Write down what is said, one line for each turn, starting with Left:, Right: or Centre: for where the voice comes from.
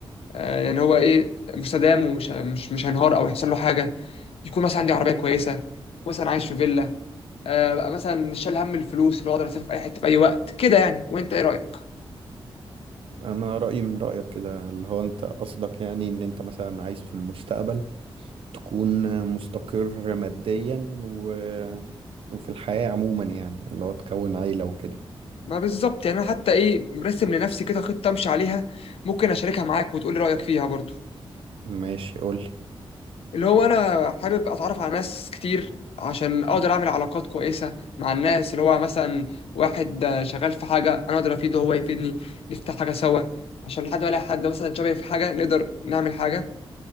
Left: آه، يعني هو إيه مستدام ومش مش مش هينهار أو يحصل له حاجة يكون مثلا عندي عربية كويسة مثلا عايش في فيلا آه، بقى مثلا مش شايل هم الفلوس اللي هو أقدر أسافر في أي حتة في أي وقت كده يعني وأنت إيه رأيك؟
Right: انا رايي من رايك كده اللي هو انت قصدك يعني ان انت مثلا عايز في المستقبل تكون مستقر ماديا و... وفي الحياه عموما يعني اللي هو تكون عيله وكده
Left: ما بالظبط يعني أنا حتى إيه مرسم لنفسي كده خطة أمشي عليها ممكن أشاركها معاك وتقولي رأيك فيها برضو
Right: ماشي قول لي
Left: اللي هو انا حابب اتعرف على ناس كتير عشان اقدر اعمل علاقات كويسه مع الناس اللي هو مثلا واحد آه، شغال في حاجه انا اقدر افيده هو يفيدني نفتح حاجه سوا عشان لحد ما الاقي حد مثلا شبهي في حاجه نقدر نعمل حاجه